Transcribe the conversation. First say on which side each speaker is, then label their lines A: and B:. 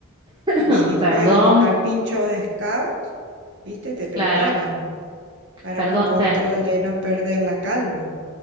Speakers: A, on the right; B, on the right.
A: Y
B: Mm,
A: si
B: Perdón,
A: fue a los carpinchos de Scout, viste, te prepara.
B: claro,
A: para
B: perdón,
A: un control
B: pe-
A: de no perder la calma.